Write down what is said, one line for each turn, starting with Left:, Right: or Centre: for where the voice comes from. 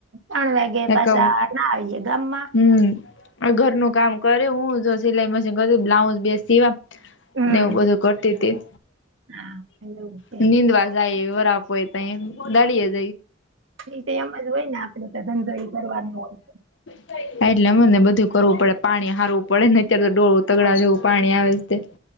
Right: ત્રણ વાગે
Left: છે
Right: પાછા
Left: કવ
Right: ના આવીે ગામ માં.
Left: હમ ઘરનું કામ કરે હું જો સિલાઈ મશીન કરી બ્લાઉઝ બેસ સીવા.
Right: હમ
Left: ને એવું બધું કરતી હતી
Right: હા એવું છે
Left: નિનીંદવા. જાય બરા આપતાળ
Right: એ તો એમ જ હોય ને આપડે તો ધંધડી કરવાનું હોય.
Left: <unintelligible> એટલે મને બધું કરવું પડે પાણી હારવું પડે ને અત્યારે તો ડોળું તગડા જેવું પાણી આવે તે.